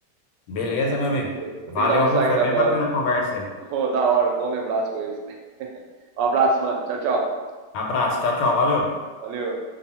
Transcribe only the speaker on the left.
Beleza, meu amigo.
Valeu,
viu? Foi bem
bacana a conversa aí.
Abraço, tchau, tchau, valeu.